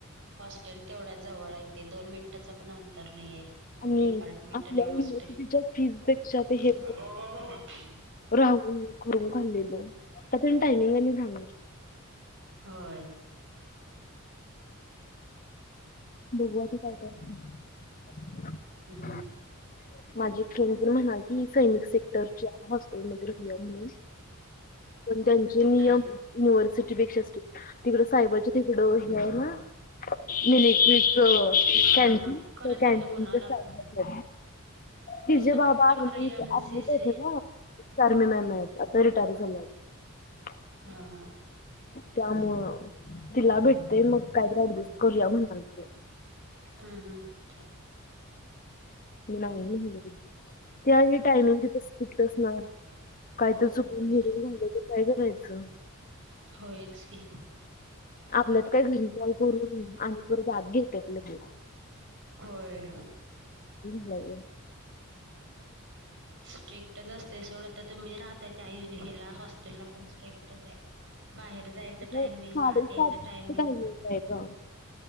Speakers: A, on the right; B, on the left.
A: हॉस्टेल तेवढ्या जवळ आहे ते दोन मिनं त्याच पण अंतर नाही आहे
B: आणि
A: डीपार्टमेंट
B: आपल्या
A: आणि
B: युनिव्हर्सिटीच्या
A: हॉस्टेल.
B: फीज पेक्षा ते
A: <unintelligible>
B: हे राहून करून खाल्लेलं आता त्यांत टायमिंग आणि रहाणार
A: होय
B: बघू आत्ता काय करायचं.
A: हम्म
B: माझी फ्रेंड पण म्हणालती सैनिक सेक्टरच्या हॉस्टेलमध्ये राहूया म्हणून. पण त्यांचे
A: कुठं
B: नियम
A: आहे
B: युनिव्हर्सिटीपेक्षा स्ट्रिक्ट तिकडे साय तिकडं हे आहे ना इलेक्ट्रिक
A: हा
B: कॅन्टीन
A: हा हा खरं
B: त्या
A: तिथं
B: कन्टीनच्या
A: कोणाला
B: साईड तिचे
A: तिथं
B: बाबा
A: फक्त
B: आर्मीत
A: खरं एम सी सी
B: होते ना आर्मी मॅन आता रिटायर झाल्यात
A: हा हा
B: त्यामुळं तिला भेटते मग काहीतरी ऍडजस्ट करूया म्हणालती
A: हम्म हम्म
B: मी नाही म्हंटल ते आणि टायमिंग तिथं काय तर चुकून
A: होय
B: धरून झालं तर काय करायचं?
A: होयच की.
B: आपल्यात काही घरी काल करून आणि परत आत घेतात लगेच
A: होय
B: हो
A: स्ट्रिक्टच असते सोडं तर तुम्ही राहताय त्या हेला हॉस्टेलला पण स्ट्रिक्टच आहे बाहेर जायचं
B: साडेसातच
A: टायमिंग आत यायच टायमिंग
B: आहे ग.